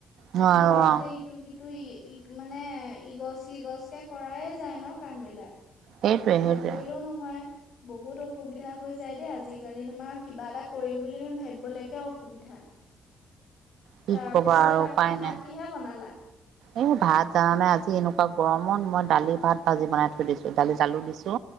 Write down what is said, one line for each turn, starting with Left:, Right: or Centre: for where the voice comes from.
Right: নোৱাৰো
Left: ঘৰতে
Right: অ
Left: ইটো সিটো তটো ই ই মানে ইগছ সিগছ কে কৰায় যায় ন কাম বিলাক।
Right: সেইটোৱে সেইটোৱে
Left: নকৰিলেও নহয় বহুত অসুবিধা হৈ যায় দেই আজিকালি তোমাৰ কিবা এটা কৰিম বুলি তুমি ভাবিবলৈকে অসুবিধা
Right: কি
Left: তাৰপিছতে
Right: কবা আৰু
Left: বাকী
Right: উপায়
Left: ভাত
Right: নাই।
Left: কিহে বনালা
Right: এই ভাত জানা নাই আজি এনেকোৱা গৰমত মই দালি ভাত ভাজি বনাই থৈ দিছো দালি আলু দিছো